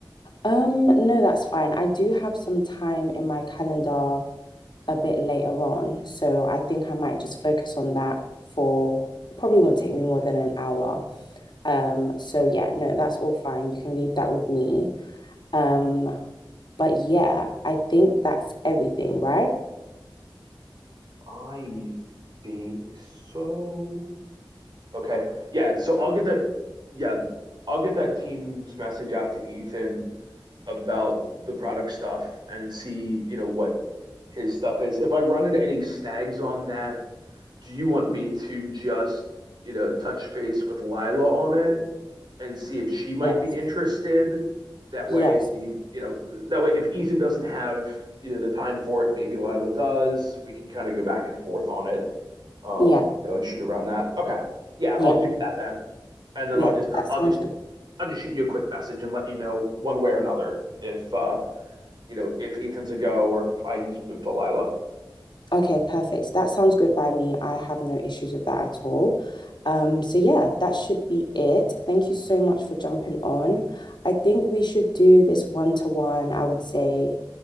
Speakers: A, on the left; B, on the right.
A: Um, no, that's fine. I do have some time in my calendar a bit later on. So I think I might just focus on that for it probably won't take me more than an hour. Um, so yeah, no, that's all fine. You can leave that with me. Um, but yeah, I think that's everything, right?
B: I think so. Okay. Yeah, so I'll get that yeah, I'll get that team's message out to Ethan about the product stuff and see, you know, what his stuff is. If I run into any snags on that, do you want me to just, you know, touch base with Lila on it and see if she might
A: Yes.
B: be interested? That way,
A: Yes.
B: you know, that way if Ethan doesn't have, you know, the time for it, maybe Lila does. We can kind of go back and forth on it, um,
A: Yeah.
B: you know, and shoot around that. Okay. Yeah, I'll
A: Yeah.
B: do that then. And then
A: Yeah.
B: I'll just
A: That
B: I'll
A: sounds
B: just
A: good.
B: I'll just shoot you a quick message and let you know one way or another if uh, you know, if Ethan's a go or if I just move to Lila.
A: Okay, perfect. That sounds good by me. I have no issues with that at all. Um, so yeah, that should be it. Thank you so much for jumping on. I think we should do this one to one, I would say